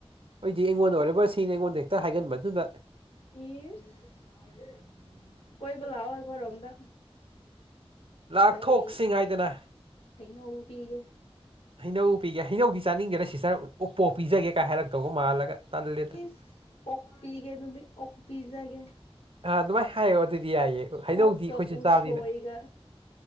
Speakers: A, on the right (about 60°); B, on the left (about 70°).
A: ꯑꯩꯗꯤ ꯑꯩꯉꯣꯟꯗ ꯑꯣꯏꯔꯕ ꯁꯤꯅꯤ ꯑꯩꯉꯣꯟꯗ ꯍꯦꯛꯇ ꯍꯥꯏꯒꯟꯕꯗꯨꯗ
B: ꯢꯁ ꯀꯣꯏꯕ ꯂꯥꯛꯑꯣ ꯑꯩꯈꯣꯏꯔꯣꯝꯗ
A: ꯂꯥꯛꯊꯣꯛꯁꯤ
B: ꯀꯔꯤ
A: ꯍꯥꯏꯗꯅ
B: ꯍꯩꯅꯧ ꯄꯤꯒꯦ
A: ꯍꯩꯅꯧ ꯄꯤꯒꯦ ꯍꯩꯅꯧꯗꯤ ꯆꯥꯅꯤꯡꯗꯦꯗ ꯁꯤꯁꯇꯔ ꯄꯣꯛ ꯄꯤꯖꯒꯦ ꯀꯥꯏ ꯍꯥꯏꯔꯛꯇꯧꯒ ꯃꯥꯜꯂꯒ ꯇꯜꯂꯦꯗ
B: ꯏꯁ ꯑꯣꯛ ꯄꯤꯒꯦ ꯑꯗꯨꯗꯤ ꯑꯣꯛ ꯄꯤꯖꯒꯦ
A: ꯑꯥ ꯑꯗꯨꯃꯥꯏꯅ ꯍꯥꯏꯌꯣ ꯑꯗꯨꯗꯤ ꯌꯥꯏꯌꯦ ꯍꯩꯅꯧꯗꯤ
B: ꯑꯣꯛꯀ
A: ꯑꯩꯈꯣꯏꯁꯨ
B: ꯎꯁꯣꯏꯒ
A: ꯆꯥꯕꯅꯤꯅ